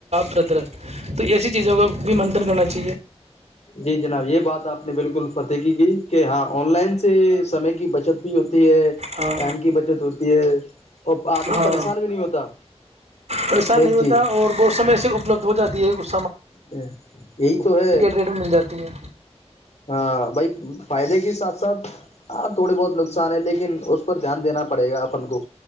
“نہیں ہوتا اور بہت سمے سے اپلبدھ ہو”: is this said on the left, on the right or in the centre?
Right